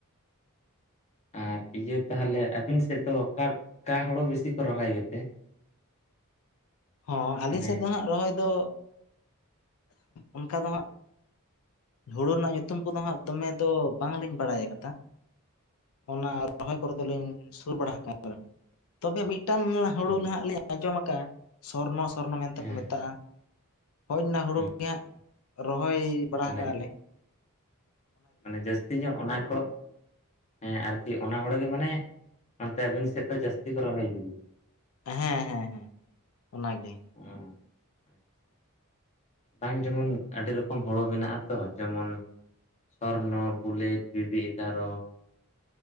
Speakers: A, on the left; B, on the left.
A: <unintelligible>
B: ᱟᱨ ᱤᱭᱟᱹ ᱛᱟᱦᱚᱞᱮ ᱟᱵᱤᱱ ᱥᱮᱫ ᱫᱚ ᱚᱠᱟ ᱠᱟ ᱦᱳᱲᱳ ᱵᱤᱥᱤ ᱠᱚ ᱨᱚᱦᱚᱭ ᱜᱮᱛᱮ?
A: ᱦᱚᱸ ᱟᱹᱞᱤᱧ
B: ᱢᱟᱱᱮ
A: ᱥᱮᱫ ᱫᱚ ᱦᱟᱸᱜ ᱨᱚᱦᱚᱭ ᱫᱚ ᱚᱱᱠᱟ ᱫᱚ ᱦᱟᱸᱜ ᱦᱩᱲᱩ ᱨᱮᱱᱟᱜ ᱧᱩᱛᱩᱢ ᱠᱚᱫᱚ ᱦᱟᱸᱜ ᱫᱚᱢᱮ ᱫᱚ ᱵᱟᱝ ᱞᱤᱧ ᱵᱟᱲᱟᱭ ᱟᱠᱟᱫᱟ᱾ ᱚᱱᱟ ᱨᱚᱦᱚᱭ ᱠᱚᱨᱮ
B: ᱟᱪᱪᱷᱟ
A: ᱫᱚ ᱞᱤᱧ ᱥᱩᱨ ᱵᱟᱲᱟ ᱟᱠᱟᱱ ᱨᱮᱦᱚᱸ, ᱛᱚᱵᱮ ᱢᱤᱫᱴᱟᱝ ᱦᱩᱲᱩ
B: ᱦᱩᱸ
A: ᱦᱟᱸᱜ ᱞᱤᱧ ᱟᱸᱡᱚᱢ ᱟᱠᱟᱫ-ᱟ ᱾ ᱥᱚᱨᱱᱚ, ᱥᱚᱨᱱᱚ ᱢᱮᱱ ᱛᱮᱠᱚ
B: ᱦᱮᱸ
A: ᱢᱮᱛᱟᱜ-ᱟ, ᱦᱳᱭ ᱚᱱᱟ ᱦᱩᱲᱩ
B: ᱦᱩᱸ
A: ᱜᱮ
B: ᱦᱩᱸ
A: ᱦᱟᱸᱜ ᱨᱚᱦᱚᱭ ᱵᱟᱲᱟ
B: ᱢᱟᱱᱮ
A: ᱟᱠᱟ ᱞᱮ ᱾
B: ᱢᱟᱱᱮ ᱡᱟᱹᱥᱛᱤ ᱧᱚᱜ ᱚᱱᱟ ᱠᱚ ᱦᱮᱸ ᱟᱨᱠᱤ ᱚᱱᱟ ᱦᱩᱲᱩ ᱜᱮ ᱢᱟᱱᱮ ᱱᱚᱛᱮ ᱟᱹᱵᱤᱱ ᱥᱮᱫ ᱫᱚ ᱡᱟᱹᱥᱛᱤ ᱠᱚ ᱨᱚᱦᱚᱭ ᱜᱮᱭᱟ ᱾
A: ᱦᱮᱸ, ᱦᱮᱸ, ᱦᱮᱸ ᱚᱱᱟ ᱜᱮ ᱾
B: ᱚ ᱟᱪᱪᱷᱟ ᱵᱟᱝ ᱡᱮᱢᱚᱱ ᱟᱹᱰᱤ ᱨᱚᱠᱚᱢ ᱦᱳᱲᱳ ᱢᱮᱱᱟᱜ ᱟᱛᱚ ᱡᱮᱢᱚᱱ ᱥᱚᱨᱱᱚ, ᱵᱩᱞᱮᱴ, ᱵᱤᱵᱤ ᱮᱜᱟᱨᱚ